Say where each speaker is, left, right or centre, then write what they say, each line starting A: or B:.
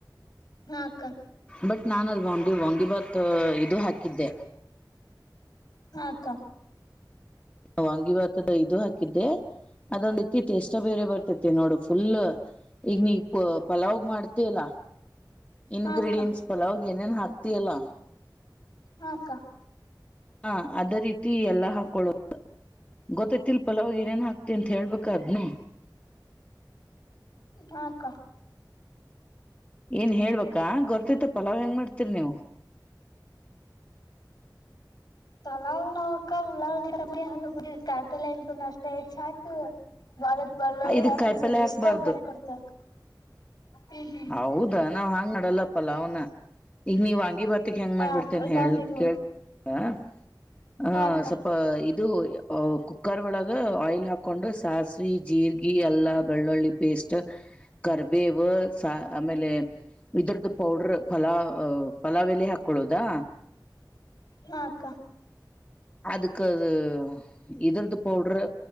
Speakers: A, on the left (about 70°); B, on the left (about 20°).
A: ಹಾಕ್ಕ.
B: ಬಟ್ ನಾನು ಅಲ್ಲಿ ವಾಂಗಿ ವಾಂಗಿಬಾತ್. ಇದು ಹಾಕಿದ್ದೆ.
A: ಹಾಕ್ಕ
B: ವಾಂಗಿ ಭಾತದ ಇದು ಹಾಕಿದ್ದೆ ಅದೊಂದ ಇತಿ ಟೇಸ್ಟ ಬೇರೆ ಬರ್ತತಿ ನೋಡು ಫುಲ್ ಈಗ ನೀ ಪ ಪಲಾವ್ಗ ಮಾಡ್ತಿಯಲ್ಲಾ. ಇನ್ಗ್ರೀಡಿಯಂಟ್ಸ್
A: ಹಾಕ್ಕ
B: ಪಲಾವ. ಏನೇನ್ ಹಾಕ್ತಿಯಲ್ಲಾ.
A: ಹಾಕ್ಕ.
B: ಹಾ ಅದೆ ರೀತಿ ಎಲ್ಲಾ ಹಾಕೊಳೋ ಗೊತ್ತೈತಿಲ್ ಪಲಾವಿಗೆ ಏನೇನ್ ಹಾಕ್ತಿ ಅಂತ ಹೇಳ್ಬೇಕ ಅದ್ನು.
A: ಹಾಕ್ಕಾ.
B: ಏನ್ ಹೇಳ್ಬೇಕ ಗೊತ್ತೈತ್ತ ಪಲಾವ್ ಹೆಂಗ್ ಮಾಡ್ತೀರಿ ನೀವು.
A: ಪಲಾವ್ ನಾವ್ ಅಕ್ಕ ಉಳ್ಳಾಗಡ್ಡಿ ಟಮಟೆಯನ್ನು ಆಲೂಗಡ್ಡೆ ಕಾಯಿಪಲ್ಲೆ ಇಂಥದನ್ ಅಷ್ಟೇ ಹೆಚ್ಚಾಕು. <unintelligible> ಬಳ್ಳೊಳ್ಳ
B: ಇದಕ್
A: ಸಾಸಿವೆ
B: ಕಾಯಿಪಲ್ಯ
A: ಜಿರಾಗಿ
B: ಹಾಕ್ಬಾರ್ದು
A: ಇಷ್ಟ ಒಗ್ಗನೆೆ ಕೊಡ್ತಾಕ. ಹ್ಮ್ ಹ್ಮ್
B: ಹೌದಾ ನಾವ್ ಹಾಂಗ್ ಮಾಡಲ್ಲ ಪಲಾವ್ನ ಈಗ ನೀವ್. ಈ ಬಾತಿಕ್ ಹೆಂಗ್ ಮಾಡ್ಬಿಡ್ತೇನೆ
A: ಹಾಕ ನಾವ್
B: ಹೇಳ
A: ಹೀಗ್ ಮಾಡ
B: ಕೇಳ್. <unintelligible> ಹಾ
A: ಹಾಕ್ಕ
B: ಸೊಪ್ಪಾ ಇದ್ ಇದು ಕುಕ್ಕರ್ ಒಳಗ ಆಯಿಲ್ ಹಾಕೊಂಡು ಸಾಸಿವಿ ಜೀರ್ಗಿ ಎಲ್ಲಾ ಬೆಳ್ಳುಳ್ಳಿ ಪೇಸ್ಟ್. ಕರ್ಬೇವು ಸಾ ಆಮೇಲೆ ಇದುರ್ದ ಪೌಡರ್ ಪಲಾವ್ ಪಲಾವ್ ಎಲೆ ಹಾಕೊಳ್ಳೋದಾ.
A: ಹಾಕ್ಕಾ
B: ಅದಕ್ಕೆ ಅ ಇದ್ರದು ಪೌಡರು